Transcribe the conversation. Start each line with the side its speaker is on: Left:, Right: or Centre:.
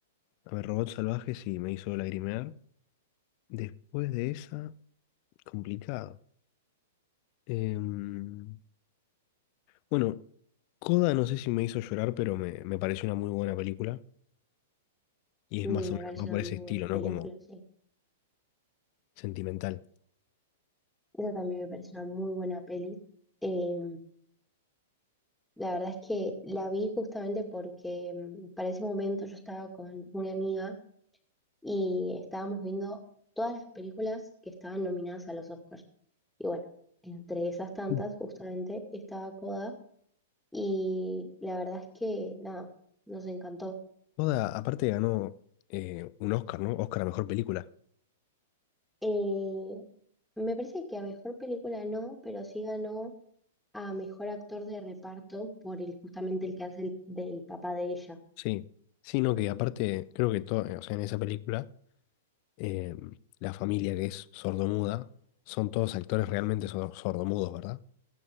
Left: A ver, Robot Salvaje sí me hizo lagrimear. Después de esa, complicado. Em, bueno, Coda no sé si me hizo llorar, pero me, me pareció una muy buena película. Y es
Centre: Mm,
Left: más
Centre: Me
Left: o menos
Centre: parece
Left: va por
Centre: una
Left: ese
Centre: muy
Left: estilo,
Centre: buena
Left: ¿no?
Centre: película,
Left: Como
Centre: sí.
Left: sentimental.
Centre: Esa también me parece una muy buena peli. Eh, la verdad es que la vi justamente porque mm, para ese momento yo estaba con una amiga y estábamos viendo todas las películas que estaban nominadas a los Oscars. Y bueno, entre esas tantas
Left: Mm.
Centre: justamente estaba Coda y la verdad es que nada, nos encantó.
Left: Coda, aparte, ganó eh, un Oscar, ¿no? Oscar a mejor película.
Centre: Eh, me parece que a mejor película no, pero sí ganó a mejor actor de reparto por el, justamente el que hace el- del papá de ella.
Left: Sí. Sí, no, que aparte, creo que todo, o sea, en esa película. eh, la familia que es sordomuda, son todos actores realmente sor- sordomudos, ¿verdad?